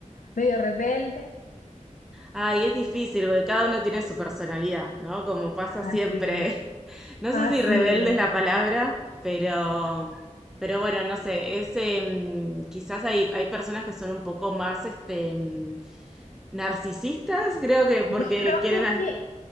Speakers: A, on the left; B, in the centre.
A: medio rebelde?
B: Ay, es difícil porque cada uno tiene su personalidad, ¿no? Como pasa
A: Así
B: siempre.
A: es.
B: <laughs> No sé
A: Así
B: si rebelde
A: es.
B: es la palabra, pero, pero bueno, no sé. Es, em, quizás hay, hay personas que son un poco más este, em, narcisistas, creo que porque
A: Yo creo
B: quieren,
A: que es
B: a-
A: que